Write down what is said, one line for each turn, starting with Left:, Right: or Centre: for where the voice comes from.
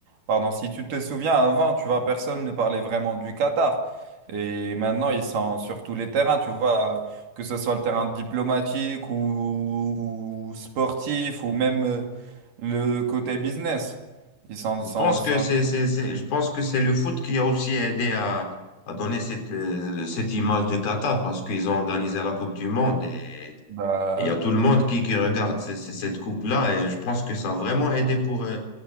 Right: pardon, si tu te souviens avant, tu vois, personne ne parlait vraiment du Qatar, et maintenant ils sont sur tous les terrains, tu vois, euh, que ce soit le terrain diplomatique ou, ou sportif, ou même euh, le côté business, ils sont, sont,
Left: Je pense
Right: sont-
Left: que c'est, c'est, c'est- je pense que c'est le foot qui a aussi aidé à, à donner cette, euh, cette image de Qatar parce qu'ils ont organisé la Coupe du Monde et
Right: bah,
Left: il y a tout le monde qui, qui regarde ce- ce- cette coupe-là et je pense que ça a vraiment aidé pour, euh,